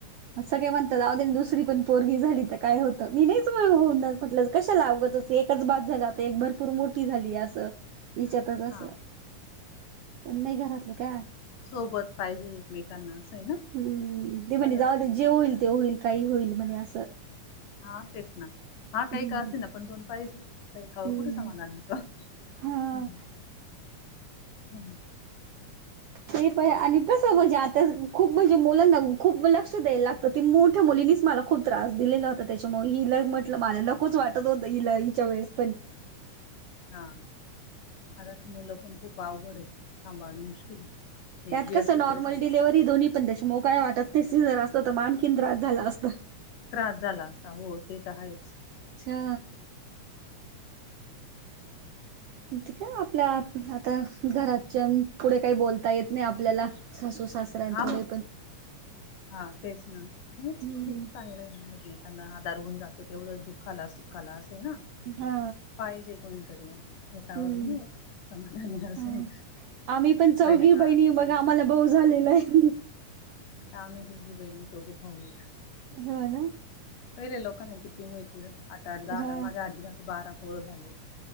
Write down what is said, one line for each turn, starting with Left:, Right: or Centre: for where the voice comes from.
Right: मग सगळे म्हणतात अव दुसरी पण पोरी झाली तर काय होतं मी नाहीच होऊन म्हटलं कशाला उगाचच एकच बास झाला आता एक भरपूर मोठी झाली असं ईच्यातच अस
Left: हा
Right: पण नाही घरातले काय
Left: सोबत पाहिजे एकमेकांना असं आहे ना?
Right: हम्म ते म्हणणे
Left: बरं
Right: जे जाऊदे
Left: असतं
Right: जे होईल ते होईल काही होईल म्हणे असं
Left: हा तेच ना हा काही
Right: हम्म
Left: का असे ना पण दोन पाहिजे का एकावर
Right: हम्म
Left: कुठे समाधान होतं.
Right: हा
Left: हम्म हम्म
Right: ते पण आणि कस म्हणजे आता खूप म्हणजे मुलांना खूप लक्ष द्यायला लागत. ते मोठ्या मुलीनीच मला खूप त्रास दिलेला. तर त्यांच्यामुळे हिल म्हटलं मला नकोच वाटत होतं हि ल हच्या वेळेस पण
Left: हा आता मुलं पण खूप अवघड आहे, सांभाळणं मुश्किल आहे.
Right: त्यात
Left: एक बी
Right: कसं
Left: असलं
Right: नॉर्मल
Left: तरी सांभाळ
Right: डिलेव्हरी दोन्ही पण त्याच्या मुळ काय वाटत शिजर असतं तर आणखीन त्रास झालं असतं.
Left: त्रास झाला असता हो ते तर आहेच.
Right: अच्छा ठीक आहे आपल्या आता घराच्या पुढे काही बोलता येत नाही आपल्याला सासू सासऱ्यां
Left: हा
Right: पुढे
Left: मग
Right: पण
Left: हा तेच ना नाहीच
Right: हम्म
Left: चांगलं आहे एकमेकांना आधार होऊन जातो तेवढंच दुख खाला - सुखा ला असे ना
Right: हा
Left: पायजे कोणी तरी एकावर
Right: हम्म
Left: नाही होत समाधान असे
Right: हा आम्ही पण चौघी
Left: पहिल्या काळात
Right: बहिणी
Left: किती
Right: मग
Left: राहायचे.
Right: आम्हाला भाऊ झालेला आहे.
Left: आता आम्ही दोघी बहिणी दोघं भाऊ आहे.
Right: ह ना
Left: पहिले लोकांना किती होईच अठ आठ दहा
Right: हा
Left: द माझ्या आजीला बारा पोर झाले